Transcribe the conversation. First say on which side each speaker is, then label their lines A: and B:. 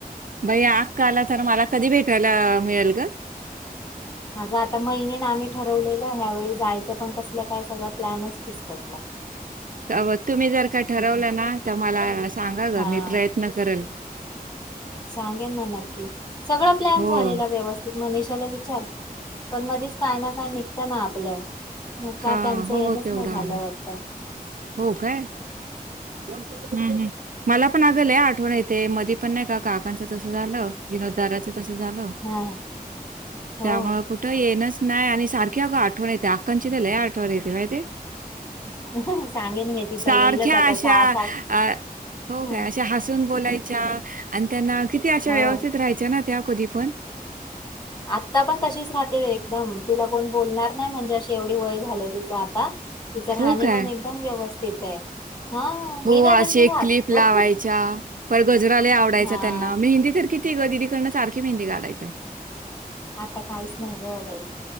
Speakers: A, on the right; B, on the left.
A: बाई आक्काला तर मला कधी भेटायला मिळेल ग.
B: अग आता मैणीन आम्ही ठरवले का ह्यावेळी जायचं पण कसलं काय सगळं प्लॅनच फिसकटला.
A: काव तुम्ही जर का ठरवलं
B: ते पण
A: ना तर मला सांगा ग
B: हा
A: मी प्रयत्न करल.
B: सांगेन ना नक्की सगळां प्लॅन
A: हो,
B: झालेला व्यवस्थित मनीषाला विचार. पण मधीच काय ना काय निघत ना आपलं. म
A: हां,
B: का त्यांचं
A: हो
B: येनच
A: तेवढं
B: नाही झालं
A: आहे.
B: वाटत.
A: हो काय हम्म हं मला पण आगलय आठवण ये ते मधी पण नाही का काकांचं तसं झालं. विनोद दादाच तस झालं
B: हा हो
A: त्यामुळ कुठं येणच नाय आणि सार की अग आठवण येते अकांची तर लय आठवण येते म्हाईतेय.
B: <inaudible> तिचा
A: सारख्या
B: येईलच आता
A: अशा
B: सहा सात
A: अ हो
B: हं,
A: काय अशा हसून बोलायच्या आणि त्यांना किती अशा
B: हो.
A: व्यवस्थित राहायच्या ना त्या कधी पण.
B: आत्ता पण तशीच राहते एकदम तिला कोण बोलणार नाही म्हणजे अशी एवढी वय झालंय तिचं आता तिचं राहणीमान
A: हो काय?
B: एकदम व्यवस्थित आहे. हा मी
A: हो
B: नाही
A: अशी
B: तशी
A: एक
B: राहत
A: क्लिप लावायच्या पण गजरालय आवडायचा
B: हा
A: त्यांना मेहंदी तर किती ग दीदी कडन सारखी मेंदी काढायच्या.
B: आता काहीच नाही ग बाई